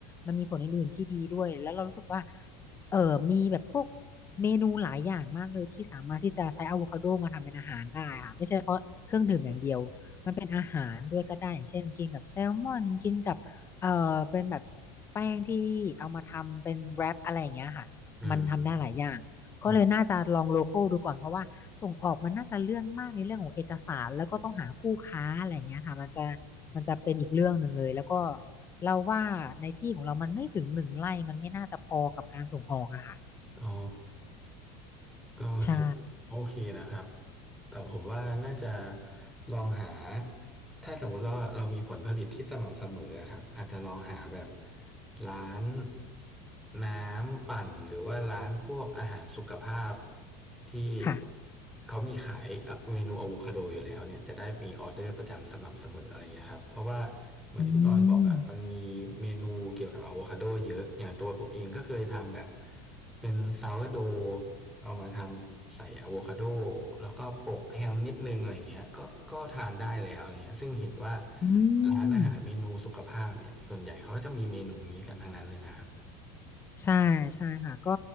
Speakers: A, on the left; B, in the centre.
A: มันมีผลอื่นๆที่ดีด้วยแล้วเรารู้สึกว่าเออมีแบบพวกเมนูหลายอย่างมากเลยที่สามารถที่จะใช้อะโวคาโดมาทำเป็นอาหารได้ค่ะไม่ใช่เฉพาะเครื่องดื่มอย่างเดียวมันเป็นอาหารด้วยก็ได้อย่างเช่นกินกับแซลมอนกินกับ เออเป็นแบบแป้งที่เอามาทำเป็นแรปอะไรอย่างเงี้ยค่ะมันทำได้หลายอย่างก็เลยน่าจะลองโลคอลดูก่อนเพราะว่าส่งออกมันน่าจะเรื่องมากในเรื่องของเอกสารแล้วก็ต้องหาคู่ค้าอะไรอย่างเงี้ยค่ะมันจะ
B: อืมอืม
A: มันจะเป็นอีกเรื่องหนึ่งเลยแล้วก็เราว่าในที่ของเรามันไม่ถึงหนึ่งไร่มันไม่น่าจะพอกับการส่งออกอะค่ะ
B: อ๋อ ก็เห็นโอเคนะครับ
A: ใช่
B: แต่ผมว่าน่าจะลองหาถ้าสมมุติเราเรามีผลผลิตที่สม่ำเสมออะครับอาจจะลองหาแบบร้านน้ำปั่นหรือว่าร้านพวกอาหารสุขภาพที่
A: ค่ะ
B: เขามีขายเอ่อเมนูอะโวคาโดอยู่แล้วเนี่ยจะได้มีออเดอร์ประจำสม่ำเสมออะไรเงี้ยครับเพราะว่าเหมือนที่คุณออยบอกอะมันมีเมนูเกี่ยวกับอะโวคาโดเยอะอย่างตัวผมเองก็เคยทำแบบ
A: อืม
B: เป็นซาวร์โด เอามาทำใส่อะโวคาโดแล้วก็โปะแฮมนิดนึงอะไรอย่างเงี้ยก็ก็ทานได้แล้วอะไรเงี้ยซึ่งเห็นว่า
A: อืม
B: ร้านอาหารเมนูสุขภาพเนี่ยส่วนใหญ่เขาก็จะมีเมนูนี้กันทั้งนั้นเลยนะครับ
A: ใช่ใช่ค่ะก็